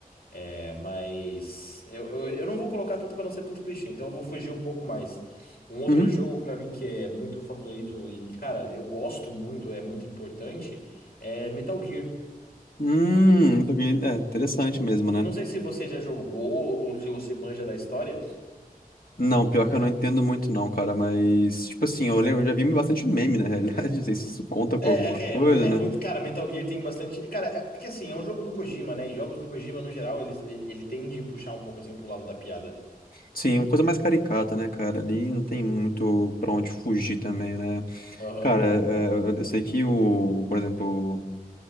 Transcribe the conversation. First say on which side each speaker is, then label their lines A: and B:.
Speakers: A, on the left; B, on the left.
A: É, mas eu, eu, eu não vou colocar tanto para não ser tanto clichê, então eu vou fugir um pouco mais. Um outro
B: Uhum.
A: jogo para mim que é muito favorito e, cara, eu gosto muito, é muito importante, é Metal Gear.
B: Hum, não sabia. é interessante mesmo, né?
A: Não sei se você já jogou ou se você manja da história.
B: Não, pior que eu não entendo muito não, cara, mas, tipo assim, eu, lembro- eu já vi bastante meme, na realidade, <laughs> não sei se isso conta com
A: É,
B: alguma
A: é,
B: coisa,
A: é, mu- é
B: né
A: muito, cara, Metal Gear tem bastante. Cara, é, é que assim, é um jogo do Kojima, né? E jogos do Kojima, no geral, ele, ele, ele tende a puxar um pouco assim pro lado da piada.
B: Sim, uma coisa mais caricata, né, cara? Ali não tem muito pra onde fugir também, né?
A: Aham,
B: Cara, é, eu sei que o, por exemplo,